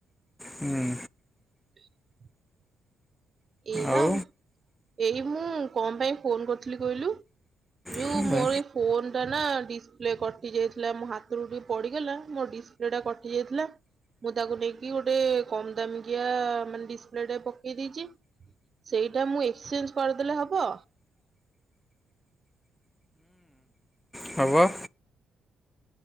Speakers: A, on the left; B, on the right.
A: ହୁଁ
B: <inaudible> ଏଆ,
A: ଆଉ
B: ଏଇ ମୁଁ କଣ ପାଇଁ ଫୋନ କରିଥିଲି କହିଲୁ? ଯୋଉ
A: ହୁଁ
B: ମୋର ଫୋନ ନା ଡିସପ୍ଲେ କଟି ଯାଇଥିଲା ମୋ ହାତରୁ ଟିକେ ପଡିଗଲା, ମୋ ଡିସପ୍ଲେ ଟା କଟି ଯାଇଥିଲା। ମୁଁ ତାକୁ ନେଇକି ଗୋଟେ କମ ଦାମ କିିଆ, ମାନେ ଡିସପ୍ଲେ ଟେ ପକେଇ ଦେଇଛି। ସେଇଟା ମୁଁ ଏକ୍ସଚେଞ୍ଜ କରିଦେଲେ ହବ।
A: ହବ।